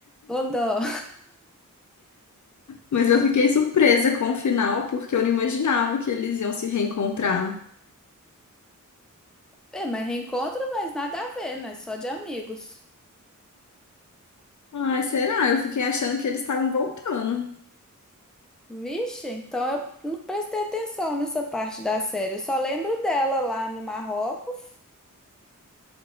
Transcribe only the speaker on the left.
Mas eu fiquei surpresa com o final, porque eu não imaginava que eles iam se reencontrar.
Ai, será? Eu fiquei achando que eles estavam voltando.